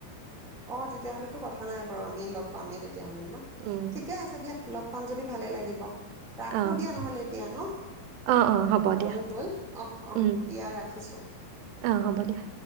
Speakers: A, in the centre; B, on the right (about 85°).
A: অ ', তেতিয়াহলেতো কথা নাই বাৰু আমি লগ পামেই তেতিয়া। তেতিয়া হলে ন
B: উম,
A: ঠিকে আছে দিয়া লগ পাম যদি ভালে লাগিব। ৰাখো
B: অ',
A: দিয়া নহলে এতিয়া ন',
B: অ', অ', হ'ব
A: সময়ো
B: দিয়া।
A: হল অহ ',- অহ
B: উম,
A: ', দিয়া ৰাখিছো।
B: অ', হ'ব দিয়া।